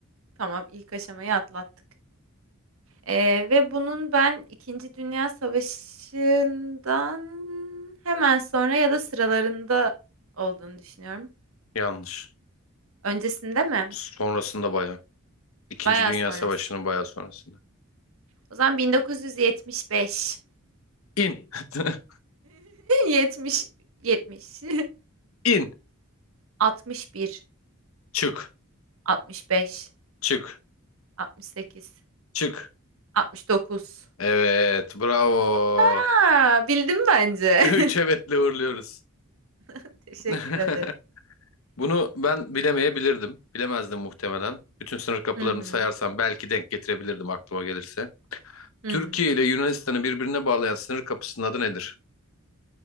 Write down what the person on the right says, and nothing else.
Tamam, ilk aşamayı atlattık. Ee, ve bunun ben İkinci Dünya Savaşı'ndan hemen sonra ya da sıralarında olduğunu düşünüyorum.
Öncesinde mi?
Bayağı
sonrası.
O zaman 1975.
70, 70,
61,
65,
68,
69. <laughs>
<laughs> Aa, bildim bence.
<laughs> Teşekkür
ederim.
Hı hı,
hı
hı.